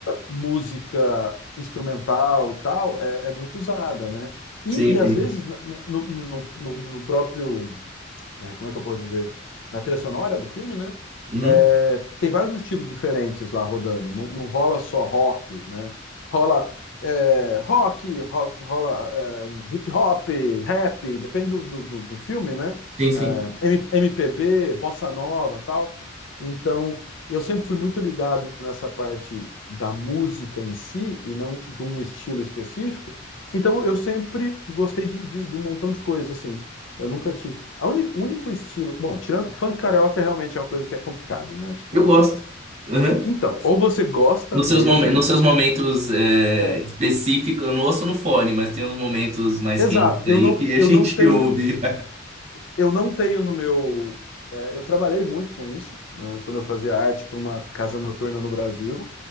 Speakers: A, on the left; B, on the right.
A: música instrumental e tal é, é muito usada, né? E,
B: Sim,
A: e
B: sim.
A: às vezes na- na- no, no, no, no próprio é, como é que eu posso dizer? Na trilha sonora do filme, né?
B: Uhum.
A: É, tem vários estilos diferentes lá rodando. Não, não rola só rock, né? Rola é, rock, rock, rola é, um hip hop, rap, depende do, do, do- do filme, né?
B: Sim, sim.
A: É, M- MPB, bossa nova, tal. Então, eu sempre fui muito ligado nessa parte da música em si e não de um estilo específico. Então, eu sempre gostei de, de, de um montão de coisa, assim. Eu nunca tive a uni- O único estilo. Bom, tirando. Funk carioca realmente é uma coisa que é complicado, né? Tipo,
B: Eu gosto.
A: é...
B: Uhum.
A: Então, ou você gosta
B: Nos
A: mesmo.
B: seus momentos, nos seus momentos é,
A: É.
B: específicos, eu não ouço no fone, mas tem uns momentos mais
A: Exato.
B: quentes
A: Eu
B: aí
A: não,
B: que a
A: eu
B: gente
A: não tenho.
B: <laughs> ouve.
A: Eu não tenho no meu. é, eu trabalhei muito com isso, né, quando eu fazia arte para uma casa noturna no Brasil,